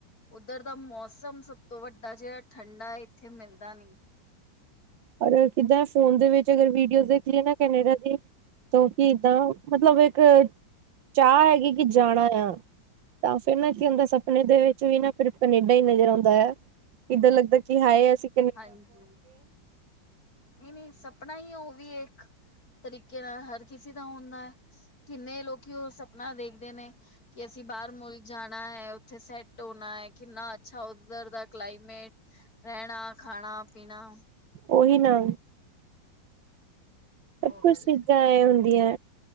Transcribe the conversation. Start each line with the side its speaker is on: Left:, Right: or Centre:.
Left: ਉੱਧਰ ਦਾ ਮੌਸਮ ਸਭ ਤੋਂ ਵੱਡਾ ਜੇੜਾ ਠੰਡਾ ਇੱਥੇ ਮਿਲਦਾ ਨੀ।
Right: ਔਰ ਕਿੱਦਾਂ ਫੋਨ ਦੇ ਵਿੱਚ ਅਗਰ ਵੀਡੀਓ ਦੇਖ ਲਈਏ ਨਾ ਕੈਨੇਡਾ ਦੀ ਤਾ ਕੀ ਏਦਾਂ, ਮਤਲਬ ਇੱਕ ਚਾ ਹੈਗੀ ਕਿ ਜਾਣਾ ਆ ਤਾਂ ਫਿਰ ਨਾ ਕੀ ਹੁੰਦਾ ਸਪਨੇ ਦੇ ਵਿੱਚ ਵੀ ਨਾ ਫਿਰ ਕਨੇਡਾ ਈ ਨਜ਼ਰ ਆਂਦਾ ਆ। ਕਿੱਦਾਂ ਲੱਗਦਾ ਕਿ ਹਾਏ ਅਸੀ
Left: ਹਾਂਜੀ, ਨਈ -ਨਈ ਸਪਨਾ ਈ ਓ ਵੀ ਇੱਕ ਤਰੀਕੇ ਨਾਲ ਹਰ ਕਿਸੀ ਦਾ ਹੁੰਦਾ ਆ, ਕਿੰਨੇ ਲੋਕੀ ਓ ਸਪਨਾ ਵੇਖਦੇ ਨੇ। ਕਿ ਅਸੀਂ ਬਾਰ ਮੁਲਕ ਜਾਣਾ ਐ, ਉੱਥੇ ਸੈਟ ਹੋਣਾ ਆ, ਕਿੰਨਾ ਅੱਛਾ ਓਧਰ ਦਾ ਕਲਾਈਮੇਟ, ਰੈਣਾ ਖਾਣਾ- ਪੀਣਾ
Right: ਓਹੀ ਨਾ।
Left: ਉਹ
Right: ਸਭ ਕੁਛ
Left: ਗੱਲ
Right: ਚੀਜ਼ਾਂ
Left: ਹੈ।
Right: ਐ ਹੁੰਦੀਆਂ,